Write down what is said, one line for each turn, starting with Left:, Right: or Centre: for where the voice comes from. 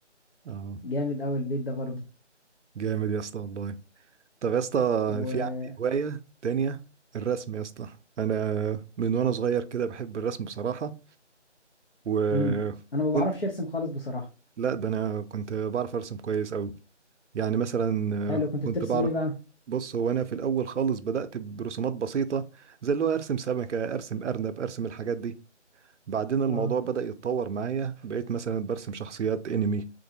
Right: اه
Left: جامد أوي البيت ده برضه
Right: جامد يا اسطى والله طب يا اسطى
Left: و...
Right: في عندي هواية تانية الرسم يا اسطى انا من وانا صغير كده بحب الرسم بصراحة وكنت
Left: مم. أنا ما بعرفش أرسم خالص بصراحة
Right: لا ده انا كنت بعرف ارسم كويس قوي يعني مثلا
Left: حلو
Right: آه،
Left: كنت
Right: كنت
Left: بترسم
Right: بعرف
Left: إيه بقى؟
Right: بص هو انا في الاول خالص بدات برسومات بسيطه زي اللي هو ارسم سمكه ارسم ارنب ارسم الحاجات دي بعدين الموضوع
Left: اه
Right: بدا يتطور معايا بقيت مثلا برسم شخصيات انمي